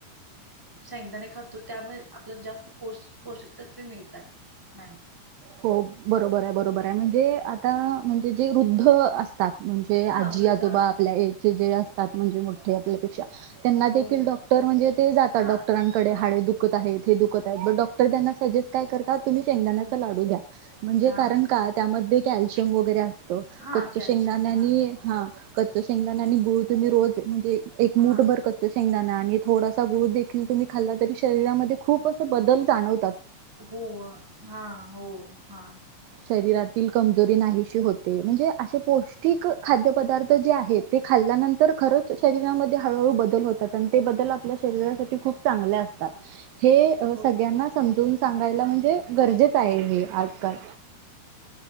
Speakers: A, in the centre; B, on the right (about 85°).
A: शेंगदाणे खातो त्यामुळे आपल्याला जास्त पोषक, तत्वे मिळतात मॅम.
B: हो बरोबर आहे बरोबर आहे म्हणजे आता म्हणजे जे हृदय हो अस म्हणजे
A: हा
B: आज्जी,
A: वृद्ध
B: आजोबा
A: आहार
B: आपल्या ऐज चे जे अस तात, म्हणजे मोठे आपल्या पेक्षा. त्यांनादेखील
A: हो
B: डॉक्टर म्हणजे ते जातात
A: हा
B: डॉक्टरां कडे
A: हा
B: हाडे दुखत आहेत हे दुखत डॉक्टर त्यांना सजेस्ट काय करतात तुम्ही त्या लाडू,
A: हा
B: घ्या म्हणजे
A: हा
B: कारण का त्यामध्ये कॅल्शियम वगैरे अस तो
A: हा
B: कच्च
A: कॅल्शियम
B: शेंगदाण आणि
A: हा
B: हा कच्च शेंगदाणे आणि गुळ तुम्ही रोज म्हणजे एक मूठभर
A: हा
B: कच्च शेंगदाण आ थोडासा गुळ देखील तुम्ही खाल्ला तरी शरीरामध्ये खूपच बदल जाणव
A: हो हा हो ओ हा
B: शरीरातील कमजोरी नाहीशी होते म्हणजे असे पौष्टिक खाद्यपदार्थ जे आहेत ते खाल्ल्यानंतर खरंच शरीरामध्ये हळूहळू बदल होतात आणि ते बदल आपल्या शरीरासाठी खूप चांगले अस हे अ
A: हो
B: सगळ्यांना समजवून सांगायला म्हणजे गरजेच टाईम ये आजकाल